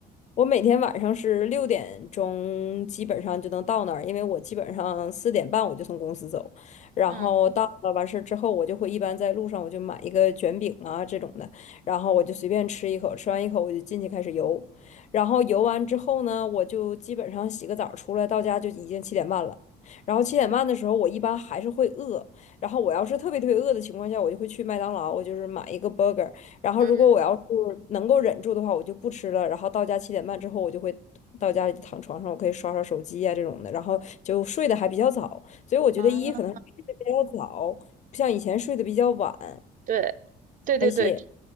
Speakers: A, on the left; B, on the right.
A: 我每天晚上是六点钟，基本上就能到那儿，因为我基本上四点半我就从公司走，然后到了完事儿之后，
B: 嗯
A: 我就会一般在路上我就买一个卷饼啊这种的，然后我就随便吃一口，吃完一口我就进去开始游，然后游完之后呢，我就基本上洗个澡儿出来，到家就已经七点半了。然后七点半的时候，我一般还是会饿。然后我要是特别特别饿的情况下，我就会去麦当劳，我就是买一个 burger，然后如果我要是能够忍住的话，
B: 嗯
A: 我就不吃了。然后到家七点半之后，我就会到家里躺床上，我可以刷刷手机呀、这种的，然后就睡得还比较早。所以我觉得一可能是睡得比较早，
B: 啊，
A: 不像以前睡得比较晚
B: 对对对对，
A: 代谢。